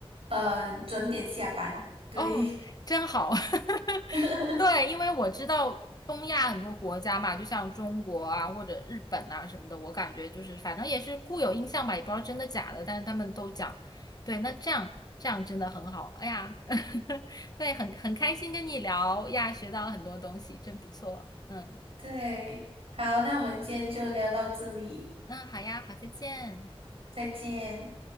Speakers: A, on the right; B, on the left.
A: 呃，准点下班，对
B: 哦，真好。<laughs>
A: <laughs>
B: 对，因为我知道东亚很多国家嘛，就像中国啊或者日本啊什么的，我感觉就是反正也是固有印象吧，也不知道真的假的，但是他们都讲。对，那这样这样真的很好。哎呀，<laughs> 对，很很开心跟你聊呀，学到了很多东西，真不错。嗯。
A: 对，好，那我们今天就聊到这里，
B: 嗯，好呀，好，再见。
A: 再见。